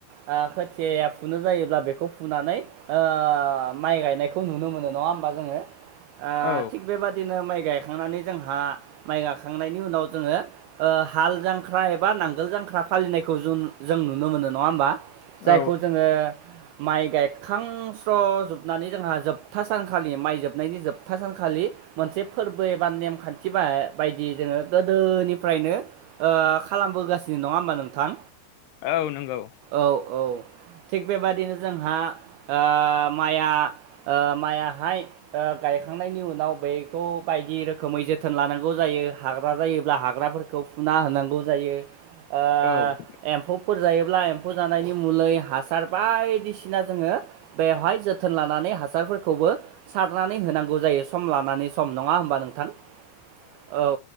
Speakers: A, on the right (about 85°); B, on the left (about 80°).
A: ओ खोथिया फुनो जायोब्ला बेखौ फुनानै ओ माइ गायनायखौ नुनो मोनो नङा होमबा जोङो ओ
B: औ
A: थिग बेबादिनो माइ गायखांनानै जोंहा माइ गाखांनायनि उनाव जोङो ओ हाल जांख्रा एबा नांगोल जांख्रा फालिनायखौ जु जों नुनो मोनो नङा होमबा जायखौ
B: औ
A: जोङो माइ गायखांस्र'जोबनानै जोंहा जोबथा सानखालि माइ जोबनायनि जोबथा सानखालि मोनसे फोरबो एबा नेमखान्थि ब- बायदियै जोङो गोदोनिफ्रायनो ओ खालामबोगासिनो नङा होमबा नोंथां
B: औ नंगौ
A: औ औ थिग बेबादिनो जोंहा ओ माइआ ओ मायाहाय गायखांनायनि उनाव बेखौ बायदि रोखोमै जोथोन लानांगौ जायो हाग्रा जायोब्ला हाग्राफोरखौ खौ फुना होनांगौ जायो ओ
B: औ
A: एम्फौफोर जायोब्ला एम्फौ जानायनि मुलै हासार बायदिसिना जोङो बेवहाय जोथोन लानानै हासारफोरखौबो सारनानै होनांगौ जायो सम लानानै सम नङा होमबा नोंथां औ